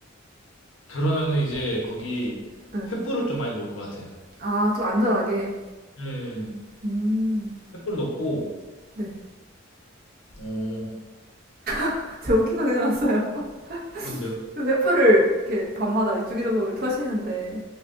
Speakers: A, on the left; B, on the right.
A: 그러면은 이제 거기
B: 네.
A: 횃불을 좀 많이 놓을 것 같아요.
B: 아, 좀 안전하게.
A: 네.
B: 음.
A: 횃불 놓고
B: 네.
A: 어
B: <laughs> 제가 웃긴 거 생각났어요. <laughs>
A: 뭔데요?
B: 그 횃불을 이렇게 밤마다 주기적으로 켜시는데